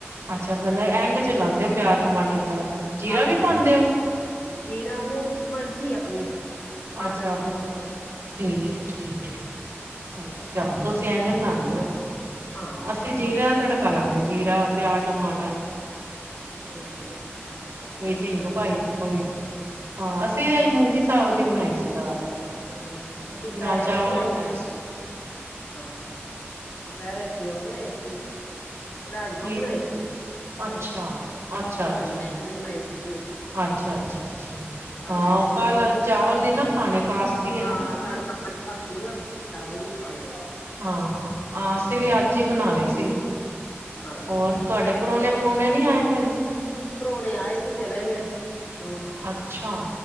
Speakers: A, on the right; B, on the left.
A: ਅੱਛਾ। ਬਨ ਐਂਡ ਚ ਲਾਂਦੇ ਓ ਪੇਆਜ ਟਮਾਟਰ ਤੜਕਾ। ਜੀਰਾ
B: ਹਾਂਜੀ।
A: ਵੀ ਪਾਉਂਦੇ ਓ?
B: ਜੀਰਾ ਨੀ ਮਰਜੀ ਅਪਨੀ ਪਾਨਾ
A: ਅੱਛਾ ਆਪਣੀ
B: ਪਾ ਲੋੋ।
A: ਮਰਜ਼ੀ, ਠੀਕ ਏ ਠੀਕ ਏ। ਅੱਛਾ,
B: ਹਾਂਜੀ
A: ਤੁਸੀ ਐਂਝ ਬਨਾਂਦੇ ਓ।
B: ਹਾਂਜੀ
A: ਅਸੀ ਜੀਰੇ ਦਾ ਤੜਕਾ ਲਾਨੇ ਜੀਰਾ, ਪੇਆਜ, ਟਮਾਟਰ।
B: <unintelligible>
A: ਵਿਚ
B: ਅੱਛਾ
A: ਹਿਂਗ ਪਾਈ ਦੀ ਥੋੜੀ। ਹਾਂ, ਅਸੀ ਵੀ ਅਜ ਮੂੰਗੀ ਸਾਬਤ ਹੀ ਬਣਾਈ ਸੀ ਦਾਲ
B: ਅ ਅਸੀ ਦੁਪੈਰੇ
A: ਨਾਲ ਚਾਵਲ
B: ਓ ਬਣਾਈ
A: ਬਣਾਇਆ
B: ਸੀ। ਹਾਂ। ਦੁਪੈਰ ਅਸੀ ਓ ਬਨਾਈ ਸੀ। ਰਾਜਮਾ
A: ਕੀ?
B: ਬਣਾਏ ਸੀ। ਪੈਰੇ
A: ਅੱਛਾ ਅੱਛਾ ਅੱਛਾ
B: ਰਾਜਮਾ ਚੋਲ ਬਨਾਏ ਸੀ।
A: ਅੱਛਾ
B: ਹਾਂਜੀ
A: ਅੱਛਾ ਅੱਛਾ ਹਾਂ ਉਹ ਕੱਲ ਚਾਵਲ ਨੀ ਨਾ ਖਾਣੇ ਕਾਸਤੀ ਹੈ
B: ਹਾਂ,
A: ਨਾ
B: ਕਲ ਨਾ ਚਾਵਲ ਨੀ ਖਾਣੇ।
A: ਹਾਂ ਹਾਂ। ਆ ਅਸੀ ਵੀ ਅੱਜ ਈ ਬਣਾ ਲੇ ਸੀ
B: ਹਾਂ
A: ਹੋਰ। ਤੁਹਾਡੇ ਪਰੋਨੇ ਪਰੂਨੇ ਨੀ ਆਏ ਭੈਂਜੀ?
B: ਪਰੋਣੇ ਆਏ ਸੀ ਚਲੇ ਗਏ। ਪਰੋਣੇ।
A: ਅੱਛਾ